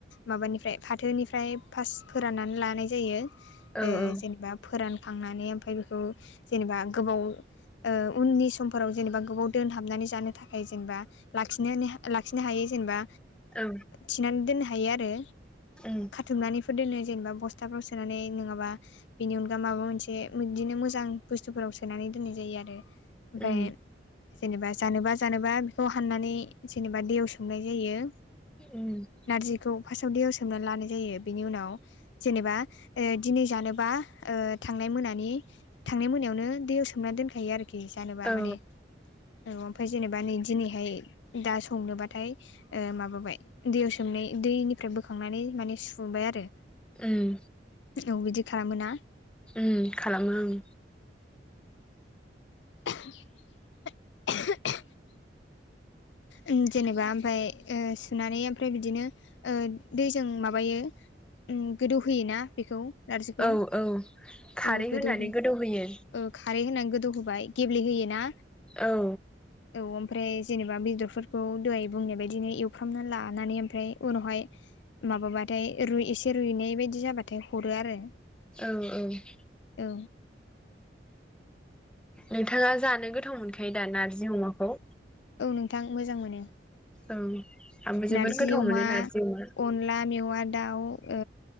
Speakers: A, on the left (about 75°); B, in the centre.
A: माबानिफ्राय फाथोनिफ्राय फास्त फोराननानै लानाय जायो
B: औ
A: ओ
B: औ
A: जेनेबा फोरानखांनानै ओमफ्राय बेखौ जेनेबा गोबाव ओ उननि समफोराव जेनेबा गोबाव दोनहाबनानै जानो थाखाय जेनबा लाखिनानै लाखिनो हायो जेनबा।
B: औ।
A: थिनानै दोननो हायो आरो।
B: उम।
A: खाथुमनानैफो दोनो जेनबा बस्थाफ्राव सोनानै नोङाबा बिनि अनगा माबा मोनसे बिदिनो मोजां बुस्थुफोराव सोनानै दोननाय जायो आरो। ओमफाय
B: उम
A: जेनेबा जानोबा जानोबा बेखौ हाननानै जेनेबा दैयाव सोमनाय जायो।
B: औ
A: नारजिखौ फास्टआव दैयाव सोमना लानाय जायो बेनि उनाव जेनेबा ओ दिनै जानोबा ओ थांनाय मोनानि थांनाय मोनायावनो दैयाव सोमना दोनखायो आरोखि जानोबा
B: औ
A: माने औ ओमफाय जेनेबा नै दिनैहाय दा संनोबाथाय ओ माबा बाय दैयाव सोमनाय दैनिफ्राय बोखांनानै माने सुबाय आरो।
B: उम।
A: औ बिदि खालामो ना?
B: उम खालामग्रो‌ उम।
A: <inaudible> ओं जेनेबा ओमफ्राय ओ सुनानै ओमफ्राय बिदिनो ओ दैजों माबायो। उम गोदौ होयोना बेखौ? नारजिखौ
B: औ औ खारै
A: औ गोदौहो
B: होनानै गोदौ होयो।
A: ओ खारै होना गोदौहोबाय गेब्लेहोयोना?
B: औ
A: औ ओमफ्राय जेनेबा बेदर फोरखौ दहाय बुंनाय बायदिनो एवफ्रामना लानानै ओमफ्राय उनावहाय माबाबाथाय रुय एसे रुयनाय बायदि जाबाथाय हरो आरो
B: औ औ
A: औ
B: नोंथाङा जानो गोथाव मोनखायो दा नारजि अमाखौ
A: औ नोंथां मोजां मोनो।
B: औ आंबो
A: नारजि
B: जोबोर गोथाव
A: अमा
B: मोनो नारजि अमा।
A: अनला मेवा दाउ ओ